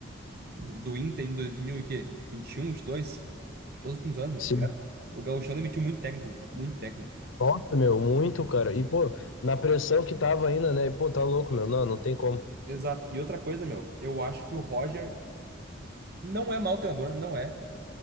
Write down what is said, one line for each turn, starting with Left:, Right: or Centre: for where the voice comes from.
Right: do Inter em 2000 e quê? 21, 22? Todos os últimos anos, meu,
Left: sim.
Right: tá ligado? O Gauchão demitiu muito técnico, meu. Muito técnico.
Left: Nossa, meu, muito, cara. E, pô, na pressão que tava ainda, né? Pô, tá louco, meu. Não, não tem como.
Right: Exato. E outra coisa, meu, eu acho que o Roger não é mau treinador, não é.